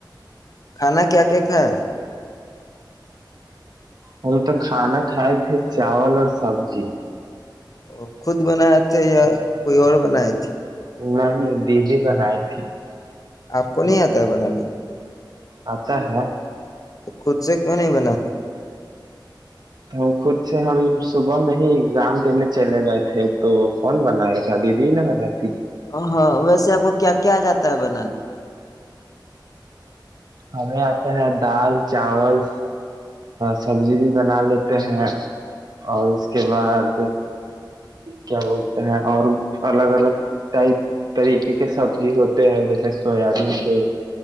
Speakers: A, on the left; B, on the right.
A: کھانا کیا کیا کھایا
B: ہم تو کھانا کھائے تھے چاول اور سبزی
A: اور خود بناائے تھے یا کوئی اور بنائے تھے
B: نہیں د جی بنائی تھی
A: آپ کو نہیں آتا ہے بنانے
B: آتا ہے
A: تو خود سے کیوں نہیں بلا
B: تو ہم خود سے ہم صبح میں ہی ایگزام دینے چلے گئے تھے تو کون بنایا تھا دیدی نے بن ت
A: ہاں ویسے آپ کو کیا کیا جاتا ہے بنانے
B: ہمیں آتا ہے دال چاول سبزی بھی بنا لیتے ہیں اور اس کے بعد کیا بولتے ہیں اور الگ الگ ٹائپ طریقے کے سبزی ہوتے ہیں جیسے سویابین کے